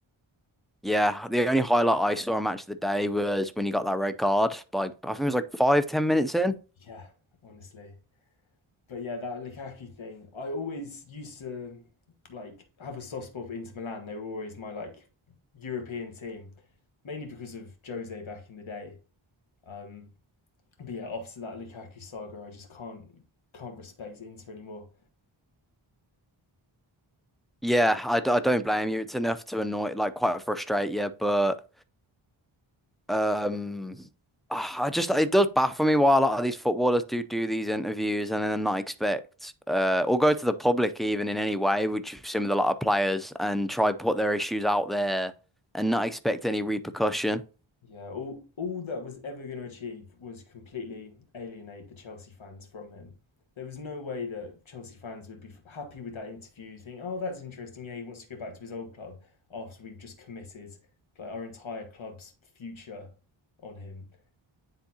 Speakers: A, in the centre; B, on the left.
A: Yeah, the only highlight I saw on Match of the Day was when he got that red card. Like I think it was like five, ten minutes in.
B: Yeah, honestly. But yeah, that Lukaku thing, I always used to like have a soft spot for Inter Milan. They were always my like European team, mainly because of Jose back in the day. Um, but yeah, after that Lukaku saga, I just can't can't respect Inter anymore.
A: Yeah, I, d- I don't blame you. It's enough to annoy, like quite frustrate you, but. Um, ah, I just it does baffle me why a lot of these footballers do do these interviews and then not expect uh, or go to the public even in any way, which you've seen with a lot of players, and try put their issues out there and not expect any repercussion.
B: Yeah, all all that was ever going to achieve was completely alienate the Chelsea fans from him. There was no way that Chelsea fans would be f- happy with that interview, think, "Oh, that's interesting. Yeah, he wants to go back to his old club after we've just committed like our entire club's future on him."